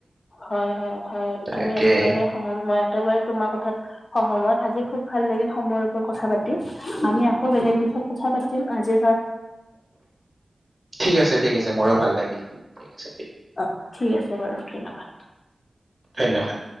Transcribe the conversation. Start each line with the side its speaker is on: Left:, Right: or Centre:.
Left: হয়-হয়, হয়
Right: তাকে
Left: তুমি একেবাৰে সহ মই একেবাৰে তোমাৰ কথাত সহমত। আজি খুব ভাল লাগিল সময়ৰ ওপৰত কথা পাত, আমি আকৌ বেলেগ বিষয়ত কথা পাতিম আজি।
Right: ঠিক আছে ঠিক আছে ময়ো, ভাল লাগিল। ঠিক আছে দিয়া
Left: অ ঠিক আছে বাৰু ধন্যবাদ।
Right: ধন্যবাদ।